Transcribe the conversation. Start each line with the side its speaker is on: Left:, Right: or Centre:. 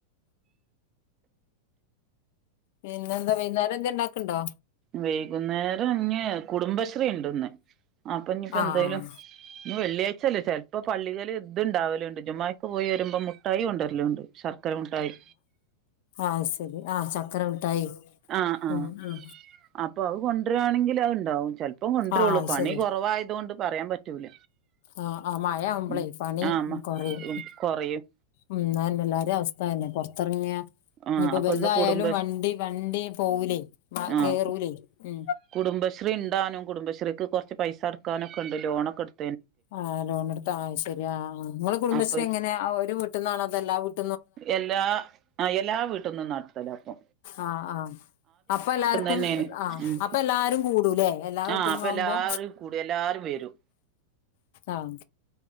Left: പിന്നെ എന്താ വൈകുന്നേരം എന്താ ഉണ്ടാക്ണ്ടോ
Right: വൈകുന്നേരം ഇഞ് കുടുംബശ്രീ ഉണ്ടന്ന് അപ്പൊ ഇനിപ്പോ
Left: ആഹ്
Right: എന്തായാലും ഇന്ന് വെള്ളിയാഴ്ച അല്ലേ ചെലപ്പോ പള്ളികള് ഇതുണ്ടാവലേണ്ട് ജ്മാക്ക് പോയി വരുമ്പോ മുട്ടായി കൊണ്ടുരല്ലുണ്ട് ശർക്കരമുട്ടായി
Left: ആഹ ശരി ആഹ് ചക്കര മുട്ടായി
Right: ആഹ് ആഹ്
Left: ഉം മ്
Right: അപ്പൊ അത് കൊണ്ടുവരുവാണെങ്കിൽ അത്ണ്ടാവും ചെലപ്പം കൊണ്ടുരുള്ളു
Left: ആഹ്
Right: പണി
Left: ശരി
Right: കുറവായത് കൊണ്ട് പറയാൻ പറ്റൂല
Left: ആഹ ആ മഴാവുമ്പളെ
Right: ഉം
Left: പണി
Right: ആഹ്
Left: കുറയും
Right: കൊറയും
Left: മ്മ് ആന്നെ എല്ലാരിം അവസ്ഥ തന്നെ പുറത്തിറങ്ങിയ
Right: ആഹ്
Left: ഇനിയിപ്പോ
Right: അപ്പൊ
Left: വെറുതായാലും
Right: ഇന്ന് കുടുംബ
Left: വണ്ടി വണ്ടി പോകൂലേ മ
Right: ആഹ്
Left: കേറൂലേ ഉ
Right: കുടുംബശ്രീ ഇണ്ടാനും കുടുംബശ്രീക്ക് കൊറച്ച് പൈസ അടുക്കാനോക്കെ ഉണ്ട് ലോണഒക്കെ എടു
Left: ആഹ് ലോണടുത്താ ശരി ആ ങ്ങളെ കുടുംബശ്രീ
Right: അപ്പൊ
Left: എങ്ങനെ ഒരു വീട്ടുന്നാണതോ ല്ലാ വീട്ടി
Right: എല്ലാ ആ എല്ലാ വീട്ടൊന്നും നടത്തലപ്പൊ
Left: ആഹ് ആഹ് അപ്പൊ എല്ലാർക്കും
Right: തന്നെയാണ്
Left: ആ
Right: ഉം
Left: അപ്പൊ എല്ലാരും കൂടൂല്ലേ എല്ലാ വീട്ടിന്നാവുമ്പോ
Right: ആഹ് അപ്പൊ എല്ലാവരും കൂടി ല്ലാരും വെരും
Left: ആഹ്